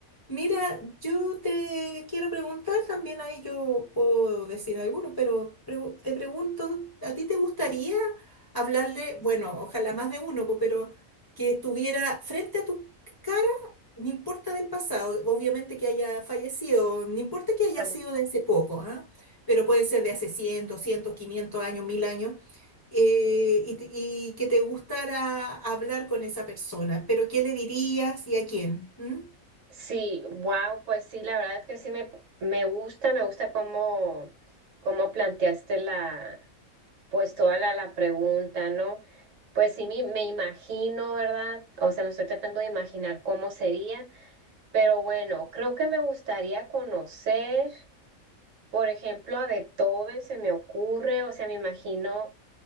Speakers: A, on the left; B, on the right.
A: mira, yo te quiero preguntar, también ahí yo puedo decir algunos, pero pregu- te pregunto, ¿a ti te gustaría hablarle, bueno, ojalá más de uno, po, pero que estuviera frente a tu cara? No importa del pasado, obviamente que haya fallecido, no importa que haya
B: Ajá.
A: sido de hace poco, ¿ah? Pero puede ser de hace 100, 200, 500 años, 1000 años, eh, y, te- y que te gustara hablar con esa persona. Pero ¿qué le dirías y a quién? ¿Mm?
B: sí, wow, pues sí, la verdad que sí me, me gusta, me gusta cómo, cómo planteaste la, pues toda la, la pregunta, ¿no? Pues sí, me, me imagino, ¿verdad? O sea, me estoy tratando de imaginar cómo sería, pero bueno, creo que me gustaría conocer. Por ejemplo, a Beethoven se me ocurre, o sea, me imagino,